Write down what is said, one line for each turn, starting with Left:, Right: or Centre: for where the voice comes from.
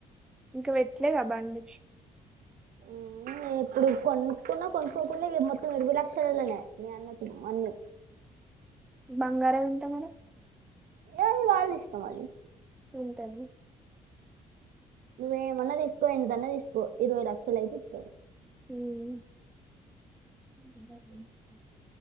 Centre: ఇంకా పెట్లేదు ఆ బండి
Right: ఉమ్, ఇప్పుడు కొనుక్కున్నా కొనుక్కోకుండా ఇగ మొత్తం ఇరవై లక్షలలోనే మీ అన్నకు మన్ను
Centre: బంగారం ఎంత మరి
Right: ఏళ్ళు వాళ్ళ ఇష్టం అది
Centre: ఇంతని
Right: నువ్వు ఏమన్నా తెచ్చుకో ఎంత అన్నా తీసుకో ఇరవై లక్షలు అయితే ఇత్తారు
Centre: మ్మ్ <inaudible>